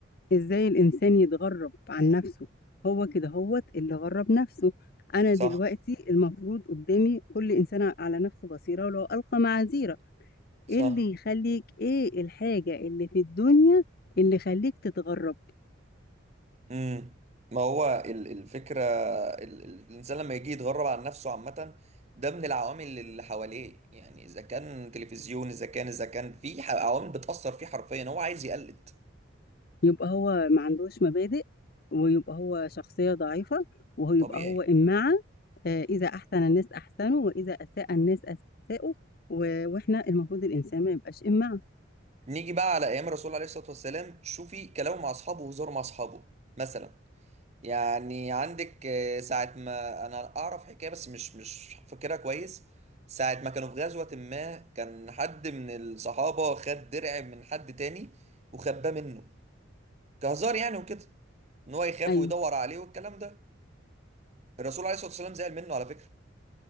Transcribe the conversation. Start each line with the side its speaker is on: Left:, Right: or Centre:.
Left: ازاي الانسان يتغرب عن نفسه هو كده هوت اللي غرب نفسه انا
Right: صح
Left: دلوقتي المفروض قدامي كل انسان على نفسه بصيرة ولو القى معاذيره
Right: صح
Left: ايه اللي يخليك ايه الحاجة اللي في الدنيا اللي يخليك تتغرب
Right: امم ما هو ال- الفكرة ال- ال- الانسان لما يجي يتغرب عن نفسه عامة ده من العوامل اللي حواليه يعني اذا كان تلفزيون اذا كان اذا كان في ح- عوامل بتأثر فيه حرفيا هو عايز يقلد
Left: يبقى هو ما عندوش مبادئ ويبقى هو شخصية ضعيفة وهو يبقى
Right: طبيعي
Left: هو إمعة آه، إذا أحسن الناس أحسنوا وإذا أساء الناس أساءوا و- وإحنا المفروض الإنسان ما يبقاش إمعة
Right: نيجي بقى على ايام الرسول عليه الصلاه والسلام شوفي كلامه مع اصحابه وهزاره مع اصحابه مثلا يعني عندك آه، ساعه ما انا اعرف حكايه بس مش مش فاكرها كويس ساعه ما كانوا في غزوه ما كان حد من الصحابه خد درع من حد تاني وخباه منه كهزار يعني وكده ان هو يخاف
Left: أيوه
Right: ويدور عليه والكلام ده الرسول عليه الصلاه والسلام زعل منه على فكره